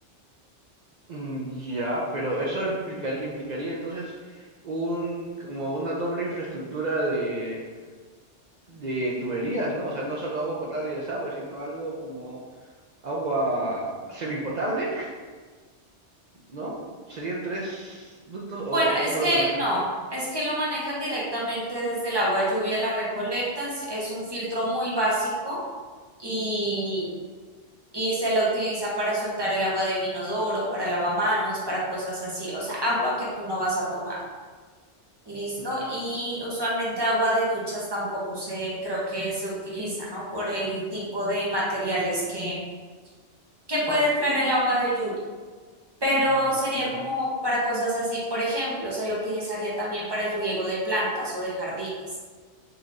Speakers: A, on the right (about 55°); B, on the right (about 25°).
A: Mm, Ya, pero eso implicar- implicaría entonces un como una doble infraestructura de, de tuberías, ¿no? O sea, no solo agua potable y desagüe, sino algo como agua semipotable, ¿no? ¿Serían tres ductos o, o
B: Bueno,
A: cómo
B: es que
A: lo manejan?
B: no, es que lo manejan directamente desde el agua lluvia, la recolectan, s- es un filtro muy básico y, y se la utiliza para soltar el agua del inodoro, para lavamanos, para cosas así, o sea, agua que tú no vas a tomar. ¿Listo?
A: Mm.
B: Y usualmente agua de duchas tampoco se, creo que se utiliza, ¿no? Por el tipo de materiales que, que puede traer el agua de lluvia. pero
A: Ah,
B: sería
A: claro,
B: como para cosas así. Por ejemplo, se lo utilizaría también para el riego de plantas o de jardines.